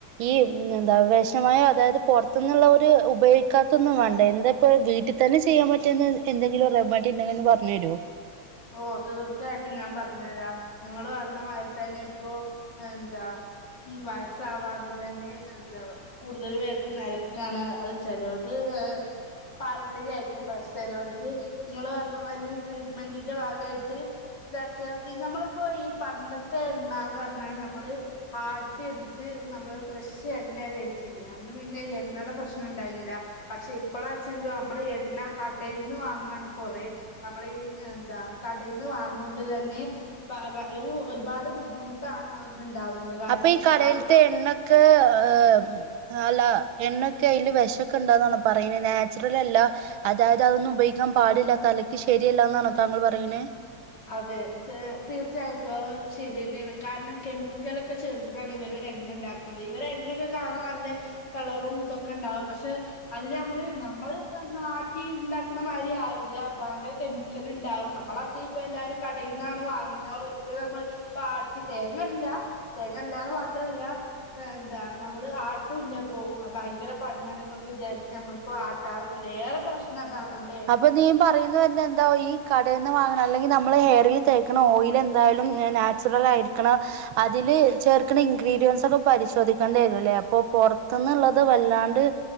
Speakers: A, on the right (about 80°); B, on the left (about 60°).
A: ഈ എന്താ വെഷമയോ അതായെത് പാെർത്ത്ന്ന്ള്ള ഒര് ഉപയോയ്ക്കാത്തൊന്നും വേണ്ട എന്താ ഇപ്പോ വീട്ടി തന്നെ ചെയ്യാം പറ്റ്യ ന്ന എന്തെങ്കിലും റെമെഡിണ്ടെങ്കാെന്ന് പർഞ്ഞെര്വോ
B: ഓഹ് തീർച്ചയായ്ട്ടും ഞാൻ പർഞ്ഞ് തരാ നിങ്ങെള് പർഞ്ഞമായ്രി തന്നെ ഇപ്പൊ എന്താ ഈ വയസ്സാവാതെ തന്നെ എന്താ കൂട്തല് പേര്തും നെരെക്കാണ് അത് ചെലാേൽത് ഏഹ് പാരമ്പര്യായ്ര്ക്കും ബസ് പെലോൽത് നിങ്ങെള് പർഞ്ഞ മായ്‌രി ട്രീറ്റ്മെന്റിന്റെ ഭാഗായ്ട്ട് <unintelligible> നമ്മള്പ്പോ ഈ പണ്ടത്തെ ണ്ണാന്ന് പർഞ്ഞാല് നമ്മെള് ആട്ടി ഇട്ത്ത് നമ്മെള് ഫ്രഷ് എണ്ണേ തേച്ചീനെ അന്ന് പിന്നെ എണ്ണേടെ പ്രശ്നംണ്ടായ്ര്ന്നില്ലാ. പക്ഷെ ഇപ്പഴാച്ചാല് നമ്മള് എണ്ണ കടയിൽ നിന്ന് വാങ്ങാണ് കൊറെ നമ്മളീ- കടയിൽന്ന് വാങ്ങൊണ്ട് തന്നെ ഒരു ഒരുപാട് ബുദ്ധിമുട്ട്- താണ് അവടെ ഉണ്ടാവുന്നത് കാരണം
A: അപ്പൊ ഈ കടയിലത്തെ
B: അവിടെ
A: <unintelligible> അല്ല എണ്ണൊക്കെ അതില് വിഷമൊക്കെ ഇണ്ടാന്നാണ് പറയുന്നത് നാച്ചുറലല്ല അതായത് അതൊന്നും ഉപയോഗിക്കാൻ പാടില്ല തലയ്ക്ക് ശരിയല്ലാന്നാണോ താങ്കൾ പറയണേ
B: അതെ തീർച്ചയായിട്ടും അത് ശരി തന്നെയാണ് കാരണം കെമിക്കലൊക്കെ ചേർത്തിട്ടാണ് ഇവര് എണ്ണ ഉണ്ടാക്ക ഇവരെ എണ്ണയൊക്കെ കാണാൻ നല്ല കളറും ഇതൊക്കെ ഉണ്ടാവും പക്ഷെ അതില് നമ്മള് നമ്മള് തന്നാട്ടി ഉണ്ടാക്കണമാരി ആവില്ല ഭയങ്കര കെമി ക്കല് ഉണ്ടാവും നമ്മളാ- ഇപ്പ എല്ലാരും കടയിൽന്നാണ് വാങ്ങ ഒരിക്കലും നമ്മള് ഇപ്പാട്ടി തേങ്ങല്ല തേങ്ങല്ലാന്ന് മാത്രല്ല എന്താ നമ്മള് ആട്ടൂല്ലയിപ്പോ ഭയങ്കര പണിയാണെന്നൊക്കെ വിചാരിച്ച് നമ്മളിപ്പോ ആ ട്ടാറൊന്നുല്ല ഏറെ പ്രശ്നം ഇതാണ് നമ്മ
A: അപ്പൊ നീൻ പറയുന്ന വര എന്താ ഈ കടയിൽ നിന്ന് വാങ്ങണ അല്ലെങ്കിൽ നമ്മള് ഹെയറിൽ തേക്കണ ഓയിൽ എന്തായാലും നാച്ചുറലായിരിക്ക് ല്ല അതില് ചേർക്കണ- ഇൻഗ്രീഡിയൻസ് ഒക്കെ പരിശോധിക്കേണ്ടി വരൂല്ലേ അപ്പൊ പുറത്തുന്നുള്ളള്ളത് വല്ലാണ്ട്-